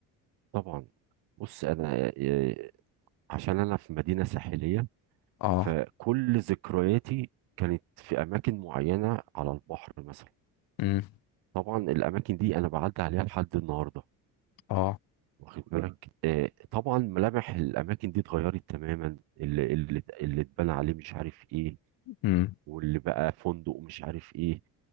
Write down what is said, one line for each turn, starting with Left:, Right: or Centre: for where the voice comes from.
Right: طبعا بص انا آه، عشان انا في مدينه ساحليه
Left: اه
Right: فكل ذكرياتي كانت في اماكن معينه على البحر مثلا
Left: امم
Right: طبعا الاماكن دي انا بعدي عليها لحد النهارده
Left: اه
Right: واخد بالك آه، طبعا ملامح الاماكن دي اتغيرت تماما اللي اللي اللي اتبنى عليه مش عارف ايه
Left: امم
Right: واللي بقى فندق مش عارف ايه